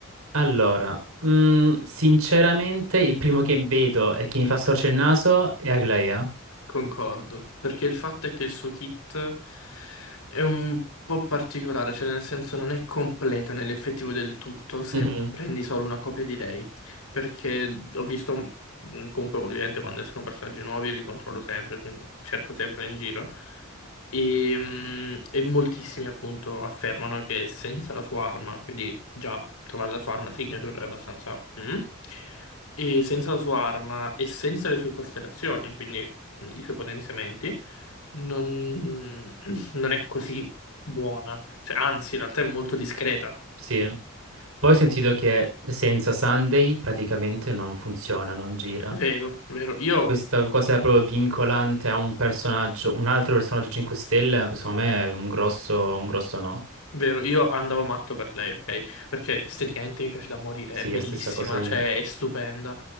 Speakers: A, on the right; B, on the left.
A: Allora, mm, sinceramente il primo che vedo e che mi fa storcere il naso è Aglaea.
B: Concordo, perché il fatto è che il suo kit è un po' particolare, cioè nel senso non è completo nell'effettivo del tutto se
A: Mhm,
B: prendi solo una copia di lei, perché ho visto, mh, comunque ovviamente quando escono personaggi nuovi io li controllo sempre, quindi cerco sempre in giro, e, mm, e moltissimi appunto affermano che senza la sua arma, quindi già trovare la sua arma signature è abbastanza... mm, e senza la sua arma e senza le sue costellazioni, quindi i suoi potenziamenti, non, <clears throat> non è così buona. Cioè, anzi, in realtà è molto discreta.
A: sì. Poi ho sentito che senza Sunday praticamente non funziona, non gira.
B: Vero, vero. Io
A: Questa cosa è proprio vincolante a un personaggio, un altro personaggio 5 stelle, secondo me è un grosso, un grosso no.
B: Vero, io andavo matto per lei, ok? Perché esteticamente mi piace da morire,
A: Sì,
B: è bellissima,
A: la stessa cosa io.
B: cioè è stupenda.